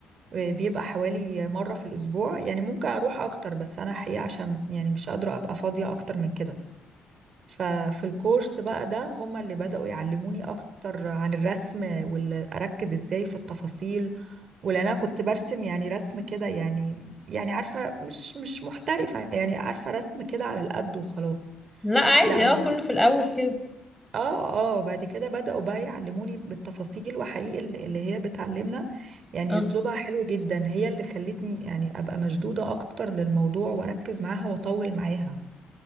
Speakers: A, on the right; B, in the centre.
A: آه، بيبقى حوالي مره في الاسبوع يعني ممكن اروح اكتر بس انا حقيقه عشان يعني مش قادره ابقى فاضيه اكتر من كده ففي الكورس بقى ده هما اللي بدأوا يعلموني أكتر عن الرسم وأركز إزاي في التفاصيل ولأن أنا كنت برسم يعني رسم كده يعني يعني عارفة مش مش محترفة يعني عارفة رسم كده على القد وخلاص
B: لا عادي
A: لا هم
B: اه كله في الاول كده
A: اه اه بعد كده بدأوا بقى يعلموني بالتفاصيل وحقيقي ال- اللي هي بتعلمنا يعني
B: اه
A: أسلوبها حلو جدا هي اللي خلتني يعني أبقى مشدودة أكتر للموضوع وأركز معاها وأطول معاها